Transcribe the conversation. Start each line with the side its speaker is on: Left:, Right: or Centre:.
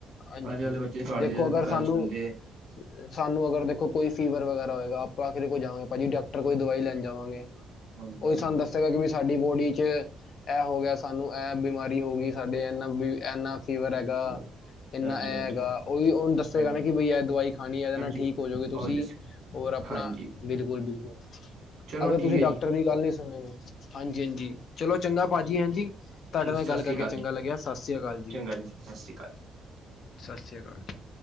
Left: ਹਾਂਜੀ
Right: ਅੱਜ
Left: ਹਾਂਜੀ
Right: ਕੱਲ ਬੱਚੇ ਘਰ
Left: ਦੇਖੋ
Right: ਦੇ
Left: ਅਗਰ
Right: ਗੱਲ
Left: ਸਾਨੂੰ
Right: ਨਹੀ ਹੀ ਸੁਣਦੇ
Left: ਸਾਨੂੰ ਅਗਰ ਦੇਖੋ ਕੋਈ ਫੀਵਰ ਵਗੈਰਾ ਹੋਏਗਾ ਆਖਿਰ ਕੋ ਜਾਵਾ ਗੇ ਜੀ ਡਾਕੱਟਰ ਕੋਲ ਦਵਾਈ ਲੈਣ ਜਾਵਾਂਗੇ-
Right: ਹਾਂਜੀ
Left: ਉਹ
Right: ਹਾਂਜੀ
Left: ਸਾਨੂੰ ਦੱਸੇਗਾ ਕਿ ਸਾਡੀ ਬੋਡੀ ਚ, ਇਹ ਹੋ ਗਿਆ ਸਾਨੂੰ ਇਹ ਬਿਮਾਰੀ ਹੋ ਗਈ ਸਾਡੇ ਇਨਾ-ਇਨਾ, ਫੀਵਰ ਹੈਗਾ
Right: ਹਾਂਜੀ
Left: ਇੰਨਾ
Right: ਹਾਂਜੀ
Left: ਇਹ
Right: ਹਾਂਜੀ
Left: ਹੈਗਾ ਉਹ ਵੀ ਉਹਨੂੰ ਦੱਸੇਗਾ
Right: ਹਾਂਜੀ
Left: ਨਾ
Right: ਹਾਂਜੀ
Left: ਕਿ ਬਈ ਇਹ ਦਵਾਈ ਖਾਣੀ ਹੈ ਇਹਦੇ
Right: ਹਾਂਜੀ
Left: ਨਾਲ ਠੀਕ ਹੋ ਜਾਓਗੇ ਤੁਸੀ
Right: ਉਹੀ ਦੱਸ
Left: ਔਰ ਆਪਣਾ
Right: ਹਾਂਜੀ
Left: ਬਿਲਕੁਲ-ਬਿਲਕੁਲ, <inaudible>
Right: ਚਲੋ
Left: ਅਗਰ
Right: ਠੀਕ
Left: ਤੁਸੀਂ
Right: ਹੈ
Left: ਡਾਕਟਰ
Right: ਜੀ
Left: ਦੀ ਗੱਲ ਨਹੀ ਚਲੋ ਜੀ, ਹਾਂਜੀ-ਹਾਂਜੀ, ਚਲੋ ਚੰਗਾ ਭਾਜੀ ਹਾਂਜੀ ਤੁਹਾਡੇ
Right: ਠੀਕ
Left: ਨਾਲ
Right: ਸਤਿ
Left: ਗੱਲ
Right: ਸ਼੍ਰੀ
Left: ਕਰਕੇ
Right: ਅਕਾਲ
Left: ਚੰਗਾ
Right: ਜੀ
Left: ਲੱਗਿਆ ਸਤਿ ਸ੍ਰੀ ਅਕਾਲ ਜੀ।
Right: ਚੰਗਾ ਸਤਿ ਸ਼੍ਰੀ ਅਕਾਲ
Left: ਸਤਿ ਸ੍ਰੀ ਅਕਾਲ ਜੀ।